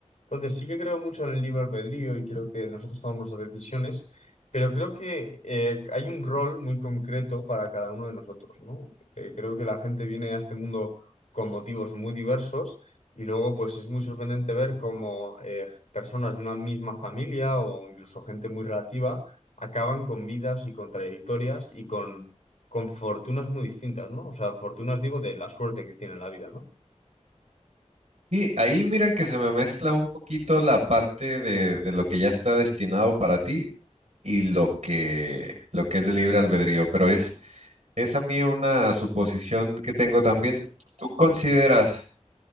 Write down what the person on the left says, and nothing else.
Entonces, sí que creo mucho en el libre albedrío y creo que nosotros tomamos las decisiones, pero creo que eh, hay un rol muy concreto para cada uno de nosotros, ¿no? Eh, creo que la gente viene a este mundo con motivos muy diversos y luego, pues, es muy sorprendente ver cómo eh, personas de una misma familia o incluso gente muy relativa acaban con vidas y con trayectorias y con, con fortunas muy distintas, ¿no? O sea, fortunas, digo, de la suerte que tiene en la vida, ¿no?